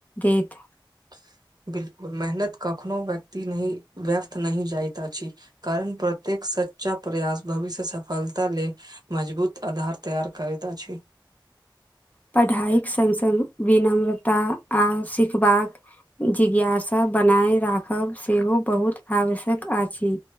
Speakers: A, on the left; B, on the right.
A: देत
B: <inaudible> बिलकुल मेहनत कखनो व्यक्ति नहि व्यर्थ नहि जाइत अछि कारण प्रत्येक सच्चा प्रयास भविष्य सफलता ले मजबूत आधार तैयार करैत अछि <inaudible>
A: पढ़ाइक संग संग विनम्रता आ सिखबाक जिज्ञासा बनाय राखब सेहो बहुत आवश्यक आछि